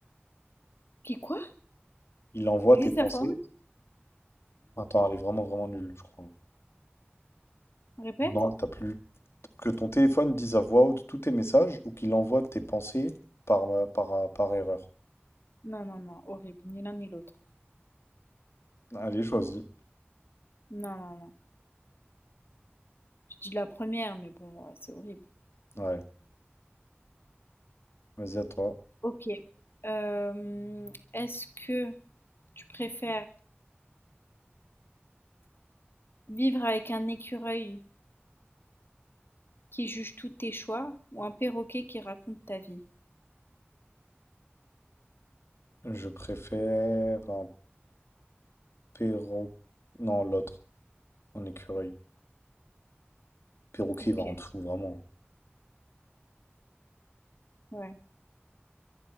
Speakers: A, on the left; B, on the left.
A: Qui quoi?
B: Il envoie
A: Lise
B: tes pensées.
A: la faute?
B: Attends, elle est vraiment, vraiment nulle, je crois.
A: Répète?
B: Non, t'as plus. Que ton téléphone dise à voix haute tous tes messages ou qu'il envoie tes pensées par, euh, par, euh, par erreur.
A: Non, non, non, horrible, ni l'un ni l'autre.
B: Allez, choisis.
A: Non, non, non. Je dis la première, mais bon, heu, c'est horrible.
B: Ouais, vas-y à toi.
A: OK. Hem, est-ce que tu préfères vivre avec un écureuil qui juge tous tes choix ou un perroquet qui raconte ta vie?
B: Je préfère un perro... Non, l'autre, un écureuil. Perroquet,
A: OK,
B: il va rentrer où, vraiment?
A: ouais.